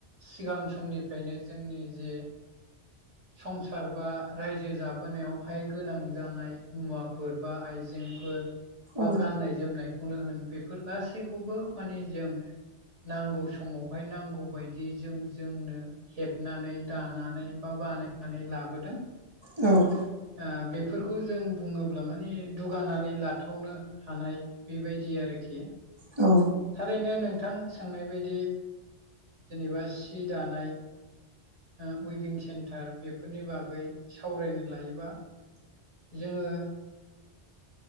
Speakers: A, on the right; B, on the right.
A: सिगां समनिफ्रायनो जोंनि जे संसार बा रायजो जाबोनायावहाय गोनां जानाय मुवाफोर बा आइजेंफोर
B: औ
A: बा गाननाय जोमनायखौनो होन बेफोर गासैखौबो माने जों नांगौ समावहाय नांगौबायदियै जों जोंनो हेबनानै दानानै बा बानायनानै लाबोदों
B: औ
A: ओ बेफोरखौ जों बुङोब्ला माने दुगानानै लाथावनो हानाय बेबायदि आरोखि
B: औ
A: थारैनो नोंथां सोंनाय बायदि जेनेबा सि दानाय ओ उयभिं सेन्टार बेफोरनि बागै सावरायनो लायोबा जोङो